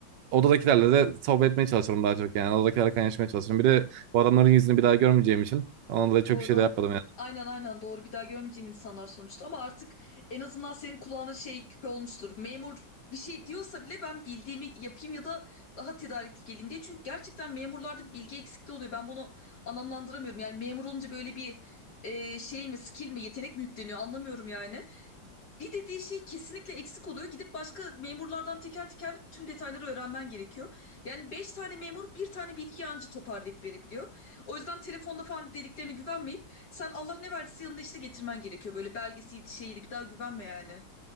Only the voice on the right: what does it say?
Odadakilerle de sohbet etmeye çalışırım daha çok yani. Odadakilerle kaynaşmaya çalışırım. Bir de bu adamların yüzünü bir daha görmeyeceğim için. Onunla da çok
bir şey de yapmadım